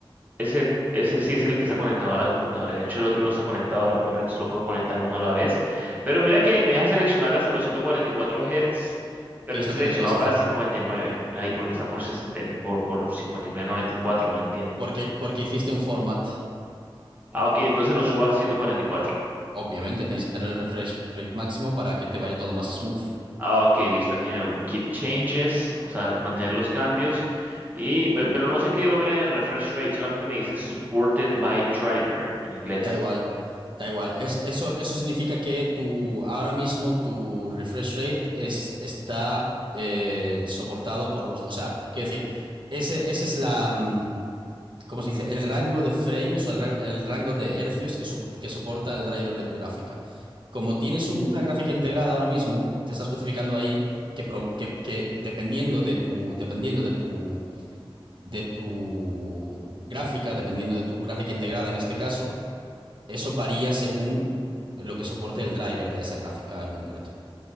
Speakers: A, on the right (about 20°); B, on the right (about 60°).
A: Ese, ese sí es el que está conectado a la computadora. De hecho, el otro no está conectado. Recuerda que solo puedo conectar uno a la vez. Pero mira que me deja seleccionar hasta los 144 Hz, pero
B: que es
A: está
B: lo
A: seleccionado
B: que deberías hacer,
A: para 59. Ahí porque está por 60, por, por 59.94, no entiendo.
B: porque porque hiciste un format.
A: Ah, ok, entonces lo subo a 144.
B: Obviamente, tienes que tener el refresh rate máximo para que te vaya todo más smooth.
A: Ah, ok, listo. Aquí me- keep changes, o sea, mantener los cambios. Y, pe- pero no sé qué over refresh rate, solamente me dice supported by driver en inglés.
B: Da igual, da igual. Es, eso, eso significa que tu, ahora mismo tu refresh rate es, está eh, soportado por los... O sea, quiero decir, ese, ese es la... mm, ¿Cómo se dice? El rango de frames o el, ra- el rango de hercios que, su- que soporta el driver de tu gráfica. Como tienes un- una gráfica integrada ahora mismo, te está especificando ahí que, pro- que- que dependiendo de tu, dependiendo de tu de tu gráfica, dependiendo de tu gráfica integrada en este caso, eso varía según lo que soporte el driver de esa gráfica en concreto.